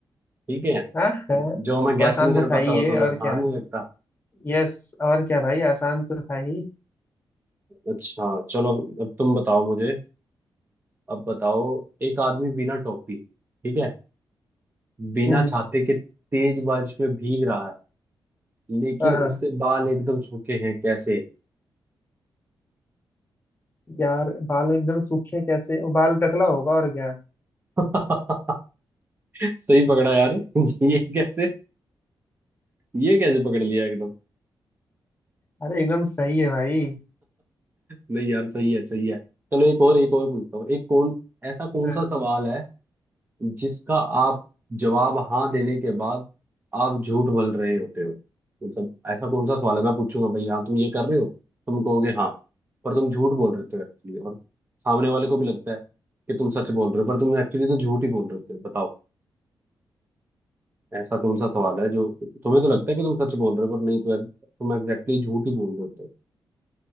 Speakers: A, on the right; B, on the left.
A: ठीक है
B: हाँ हाँ
A: जो मैं गैस
B: तो आसान
A: नहीं
B: तो
A: कर पाता
B: था ही
A: वो
B: ये
A: तुम्हें
B: और
A: आसान
B: क्या
A: नहीं लगता
B: यस और क्या भाई आसान तो था ही
A: अच्छा चलो अब तुम बताओ मुझे अब बताओ एक आदमी बिना टोपी ठीक है बिना
B: हम्म
A: छाते के तेज बारिश में भीग रहा है लेकिन
B: हाँ हाँ।
A: उसके बाल एकदम सूखे हैं कैसे
B: यार बाल एकदम सूखे कैसे बाल टकला होगा और क्या
A: <laughs> सही पकड़ा यार <laughs> ये कैसे ये कैसे पकड़ लिया एकदम
B: अरे एकदम सही है भाई
A: नहीं यार सही है सही है चलो एक और एक और पूछता हूँ एक कौन ऐसा कौन
B: हाँ,
A: सा सवाल है जिसका आप जवाब हाँ देने के बाद आप झूठ बोल रहे होते हो मतलब ऐसा कौन सा सवाल है मैं पूछूंगा भाई हाँ तुम ये कर रहे हो तुम कहोगे हाँ पर तुम झूठ बोल रहे हो एक्चुअली और सामने वाले को भी लगता है कि तुम सच बोल रहे हो पर तुम एक्चुअली तो झूठ ही बोल रहे होते हो बताओ ऐसा कौन सा सवाल है जो तुम्हें तो लगता है कि तुम सच बोल रहे हो पर नहीं तो तुम एग्जैक्टली झूठ ही बोल रहे होते